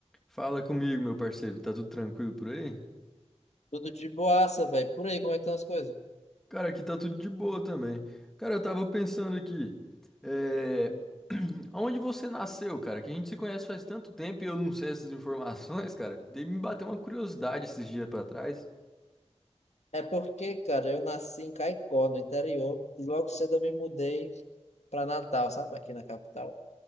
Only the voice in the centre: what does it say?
Fala comigo, meu parceiro. Tá tudo tranquilo por aí?
Cara, aqui tá tudo de boa também. Cara, eu tava pensando aqui. É... <clears throat> Onde você nasceu, cara? Que a gente se conhece faz tanto tempo e eu não sei essas informações, cara. Dei me bater uma curiosidade esses dias pra trás.